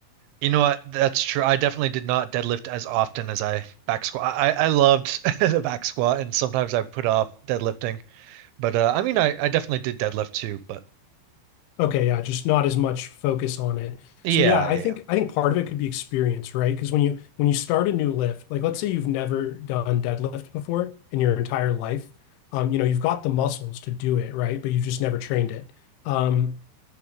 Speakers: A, on the right; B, on the left.
A: You know what? That's true. I definitely did not deadlift as often as I back squat. I, I loved <laughs> the back squat, and sometimes I put off deadlifting. But uh, I mean, I, I definitely did deadlift too. But
B: Okay, yeah, just not as much focus on it.
A: yeah,
B: So yeah, I
A: yeah,
B: think
A: yeah.
B: I think part of it could be experience, right? Because when you when you start a new lift, like let's say you've never done deadlift before in your entire life, um, you know, you've got the muscles to do it, right? But you've just never trained it. Um,